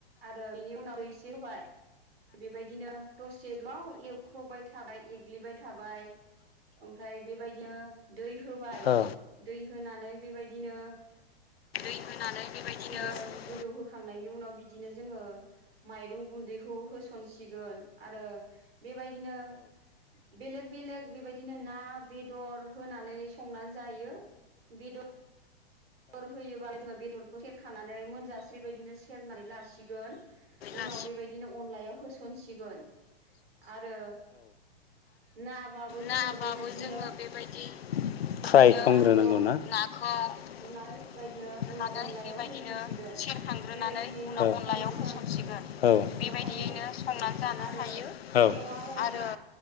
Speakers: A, on the right; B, on the left.
A: आरो बेनि उनाव दै एसे होबाय बेबायदिनो दसे गोबाव एवख्र'बाय थाबाय एग्लिबाय थाबाय ओमफ्राय बेबायदिनो दै होबाय
B: औ
A: दै होनानै बेबायदिनो
B: <inaudible>
A: सिगोन गोदौहोखांनायनि उनाव बिदिनो जोङो माइरं गुन्दैखौ होसनसिगोन आरो बेबायदिनो बेलेग बेलेग बेबायदिनो ना बेदर होनानै संनानै जायो। बेदर बेदर होयोबा जोङो बेदरखौ सेरखांनानै मोनजासे बेबायदिनो सेरनानै लासिगोन उनाव
B: <inaudible> औ <inaudible> औ आरो
A: बेबायदिनो अनलायाव होसनसिगोन आरो नाबाबो
B: नाबाबो
A: जोङो बेबायदिनो
B: जोङो बेबायदि फ्राय खालामग्रोनांगौ
A: नाखौ
B: ना होनानै
A: नानै बेबायदिनो उनाव अनलायाव
B: बेबायदिनो
A: होसनसिगोन
B: सेरखांग्रोनानै
A: बेबायदियैनो
B: उनाव अनलायाव
A: संनानै
B: होसनसिगोन
A: जानो
B: औ बेबायदियैनो
A: हायो
B: संनानै जानो
A: आरो
B: हायो औ
A: मेवा अनला
B: आरो